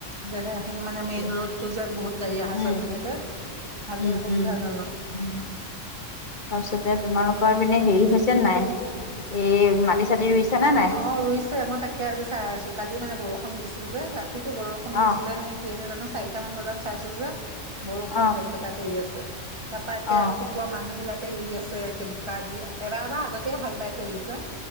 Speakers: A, on the right; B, on the left.
A: জেগা খিনি মানে মেইন
B: উম
A: ৰোডতটো যোত বহুত গাড়ী অহা
B: উম
A: যোৱা কৰি থাকে। ভালেই
B: উম
A: সুবিধাজনক
B: উম উম তাৰপিছতে তোমালোকৰ পিনে হেৰি হৈছে নে নাই? এই মাটি চাটি ৰুইছা নে নাই?
A: অ', ৰুইছে মই তাকে আজি চাই আছো। কালি মানে বৰষুণ দিছিল যে ৰাতিটো বৰষুণ
B: অ
A: দিছিলে নে। <unintelligible> নাজানো চাৰিটামান বজাত চাইছো যে বৰষুণ
B: অ
A: দপদপাই পৰি আছে। তাৰপা একে
B: অ
A: ৰাতিপুৱা মানুহ বিলাকে ৰুই আছে। একে বোকা দি এবাৰ এবাৰ আগতেই হাল বাই থৈ দিছে।